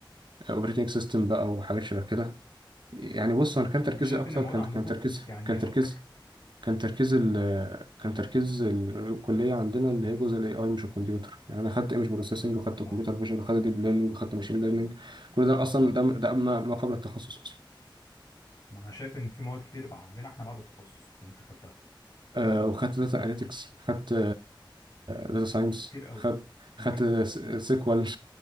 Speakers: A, on the right; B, on the left.
A: أوبريتنج سيستم بقى وحاجات شبه كده يعني بص أنا كان تركيزي
B: انا شايف
A: أكتر
B: ان المواد
A: كان
B: عندكم
A: كان تركيز
B: يعني
A: كان
B: اكتر
A: تركيز كان تركيز ال كان تركيز ال- الكلية عندنا اللي هي جزء الاي اي مش الكمبيوتر يعني انا خدت ايمج بروسيسنج وخدت كمبيوتر
B: اه
A: فيجن وخدت ديب ليرنينج وخدت ماشين ليرنينج كل ده اصلا ده ده ما ما قبل التخصص اصلا
B: ما انا شايف ان في مواد كتير بقى عندنا احنا بعد التخصص اللي انت خدتها
A: آه، وخدت داتا اناليتكس خدت داتا ساينس
B: كتير قوي
A: خدت
B: كتير
A: خدت سيكوال